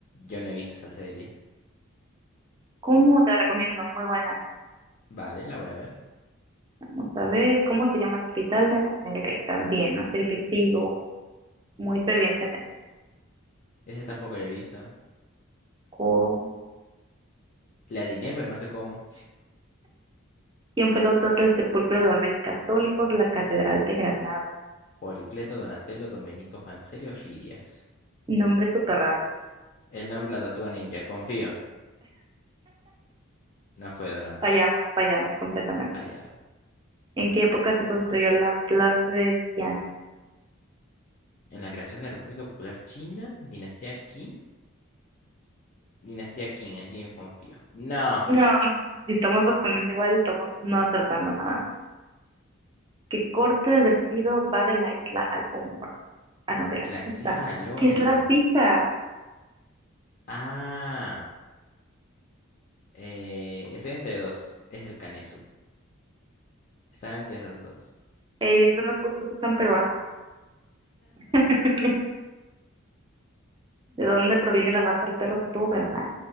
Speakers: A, on the left (about 40°); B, on the right (about 20°).
A: yo no he visto esta serie.
B: ¿Cómo te la recomiendo? Muy buena.
A: Vale, la voy a ver.
B: Vamos a ver cómo se llama el hospital de Anatomía de Grey también, una serie que sigo muy fervientemente.
A: Ese tampoco la he visto.
B: Con-
A: La adiné, pero no sé cómo.
B: ¿Quién fue el autor del Sepulcro de los Reyes Católicos, la Catedral de Granada?
A: Policleto, Donatello, Domenico, Fancelio, Fidias.
B: Nombre súper raro.
A: El nombre de la tortuga ninja, confío. No fue Donatello.
B: Fallamos, fallamos completamente.
A: Allá.
B: ¿En qué época se construyó la Plaza de Tiananmen?
A: En la creación de la República Popular China, Dinastía Qing. Dinastía Qing, en ti yo confío. No,
B: No, y estamos respondiendo igual, estamos no acertando nada más. ¿Qué corte del vestido va de la isla al hombro? Ah, no, de la
A: de la
B: sisa.
A: sisa al hombro.
B: ¿Qué es la sisa?
A: Ah, eh, estoy entre dos. Es el Canesu. Estaba entre esos dos.
B: Ey, esto no es justo, eso es tan peruano. <laughs> ¿De dónde proviene la raza del perro Doberman?